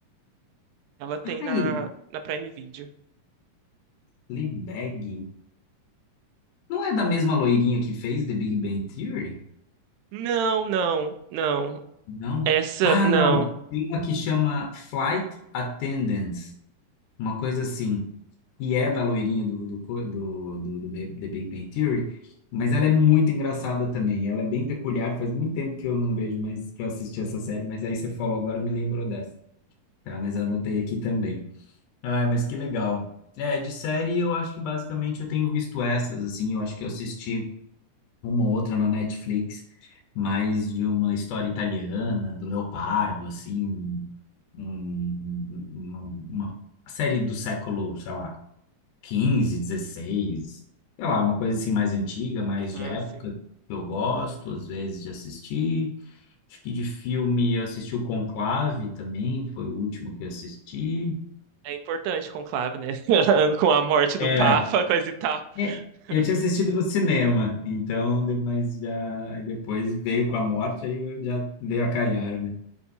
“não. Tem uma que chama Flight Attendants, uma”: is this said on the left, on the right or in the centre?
Left